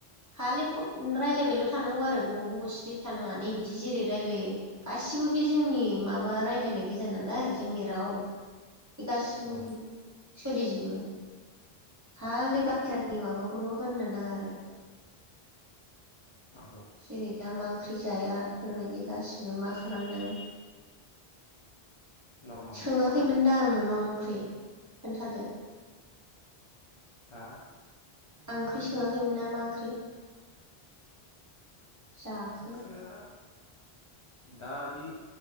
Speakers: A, on the right; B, on the left.
A: खालि फथ रायलायबायल' थानांगौ आरो गोबाव गोबाव स्रि थानाङा नै बिदि जेरै रायलायो गासिबो बे जोंनि माबा रायलायनाय गोजा नालाय जोंनि राव। बे गासिबो
B: औ
A: सोलिजोबो। खालि बाहेरानि माबाखौल' होननो नाङा आरो।
B: माखौ
A: जेरै दामा ओंख्रि जाया फोरबायदि गासिबो मा खालामदों।
B: नर्माल
A: सोङाखैमोनदांं नों नाव ओंख्रि खोन्थादो।
B: हा?
A: ओंख्रि सोङाखैमोन ना मा ओंख्रि जाखो?
B: ओंख्रिया दालि